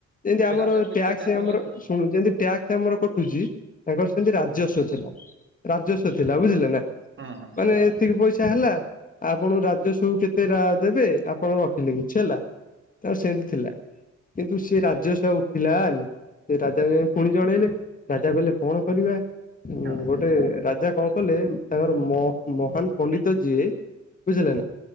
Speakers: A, on the left; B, on the right.
A: ଯେମତି ଆମରଟ୍ୟାକ୍
B: ରାଜାଙ୍କୁ କିଛି କିଛି
A: ସେ
B: ଚାଷ
A: ଆମର
B: କଲେ ତ ଆଉ
A: ଶୁଣୁ ଯେମତି ଟ୍ୟାକ୍ସ ଆମର କଟୁଛି ତାଙ୍କର ସେମିତି ରାଜସ୍ଵ ଥିଲା। ରାଜସ୍ୱ ଥିଲା ବୁଝିଲେ ନା।
B: ହୁଁ,
A: ମାନେ
B: ହଁ।
A: ଏତିକି ପଇସା ହେଲା, ଆପଣ ରାଜସ୍ୱ କୁ କେତେ ରା ଦେବେ ଆପ୍ କଣ ରଖିଲେ କିଛି ହେଲା, ତାଙ୍କ ସେଏଁତି ଥିଲା କିନ୍ତୁ, ସିଏ ରାଜସ ଆଉ ଉଠିଲାନି। ସେ ରାଜା କୁ ଯାଇଁ ଫୁଣି ଜଣେଇଲେ। ରାଜା କହିଲେ କଣ କରିବା?
B: ତ
A: ଗୋଟ୍ ଟେ ରାଜା କଣ କଲେ, ତାଙ୍କର ମ-ମହାନ ପଣ୍ଡିତ ଯିଏ, ବୁଝିଲେ ନା